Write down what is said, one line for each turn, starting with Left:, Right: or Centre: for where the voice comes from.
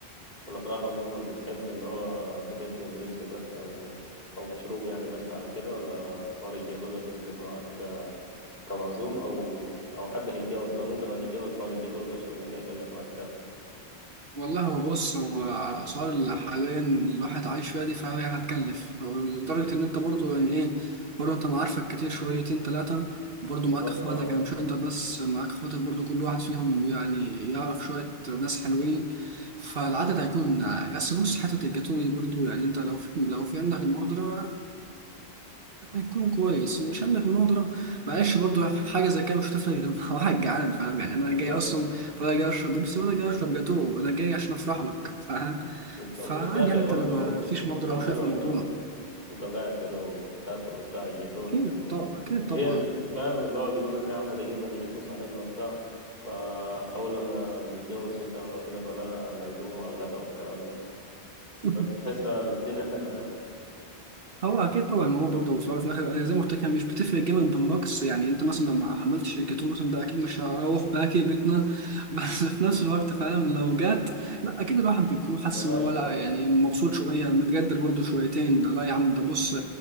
Left: الأفراح عموما بتحب اللي هو تقدم بيبسي بس أو أو مشروب يعني بس على كده ولا حوار الجاتو ده بيفرق معاك ك- كمعزوم أو أو حد هيتجوز لو أنت لو هتتجوز حوار الجاتو ده شوف أنت هيكلف معاك كام
Right: والله هو بص هو على الأسعار اللي حاليا الواحد عايش فيها دي فهي هتكلف هو لدرجة إن أنت برضو يعني إيه برضو أنت معارفك كتير شويتين تلاتة برضو
Left: بالظبط
Right: معاك إخواتك
Left: أه
Right: يعني مش أنت بس معاك إخواتك برضو كل واحد فيهم يعني يعرف شوية ناس حلوين فالعدد هيكون بس بص حتة الجاتوه دي برضو يعني أنت لو في لو في عندك المقدرة هيكون كويس ومش عندك المقدرة معلش برضو في حاجة زي كده مش هتفرق غير مع واحد جعان فاهم يعني أنا
Left: بالظبط
Right: جاي أصلا
Left: أه
Right: ولا جاي أشرب بيبسي ولا جاي أشرب جاتوه أنا جاي عشان أفرح لك فاهم
Left: بالظبط
Right: فعادي
Left: بس يا أخي
Right: يعني أنت
Left: برضه
Right: لو ما فيش
Left: بت- بتكون
Right: مقدرة أو
Left: حلوة
Right: شايف الموضوع
Left: أنت و... أنت وقاعد كده وبتاكل وبتاع الجاتو
Right: أكيد
Left: ال- يعني
Right: طبعا أكيد
Left: هي
Right: طبعا
Left: فاهم اللي هو بيقول لك يا عم ده جيب لنا جاتو صاحبنا وبتاع فا أول لما نتجوز مثلا أو كده فلا نعزمه على الغداء والكلام ده
Right: <laughs>
Left: تحس الدنيا حلوة يعني
Right: هو اكيد طبعا ما هو برضه في الأول وفي الاخر أنا زي ما قلت لك هي مش بتفرق جامد بالنقص يعني انت مثلا لما عملت شركتين مثلا ده اكيد مش هروح باكي بيتنا <laughs> بس في نفس الوقت فاهم لو جت لا اكيد الواحد بيكون
Left: <laughs>
Right: حاسس ان
Left: أيوة
Right: هو لا
Left: طبعا
Right: يعني مبسوط شويه متقدر برضه شويتين ده لا يا عم ده بص